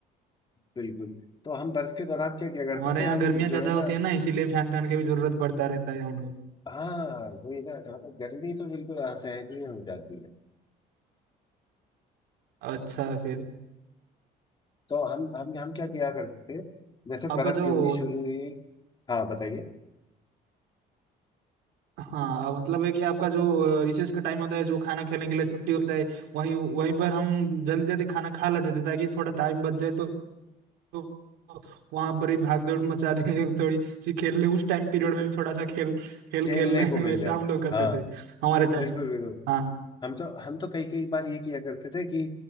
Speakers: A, on the left (about 25°); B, on the right (about 85°).
A: बिल्कुल तो हम बर्फ के दौरान क्या क्या करते
B: हमारे
A: थे
B: यहाँ
A: हम
B: गर्मियाँ ज्यादा
A: जो है ना
B: होती है ना इसीलिए फैन फैन की भी जरूरत पड़ता रहता है हम लोग
A: हाँ वही ना जहाँ पर गर्मी तो बिल्कुल असहनीय ही हो जाती है
B: अच्छा फिर
A: तो हम हम हम क्या किया करते थे जैसे
B: आपका
A: बर्फ
B: जो
A: गिरनी शुरू हुई हाँ बताइए
B: हाँ मतलब है कि आपका जो रिसेस का टाइम होता है जो खाना खाने के लिए छुट्टी होता है वहीं वहीं पर हम जल्दी जल्दी खाना खा लेते थे ताकि थोड़ा टाइम बच जाए तो तो वहां पर ही भाग दौड़ मचा दें <laughs> थोड़ी सी खेल ले उस टाइम पीरियड में भी थोड़ा सा खेल खेल
A: खेलने
B: खेल ले <laughs>
A: को मिल
B: वैसा
A: जाए
B: हम लोग करते
A: हाँ
B: थे हमारे टाइम
A: बिल्कुल
B: पे
A: बिल्कुल
B: हाँ
A: हम तो हम तो कई कई बार ये किया करते थे कि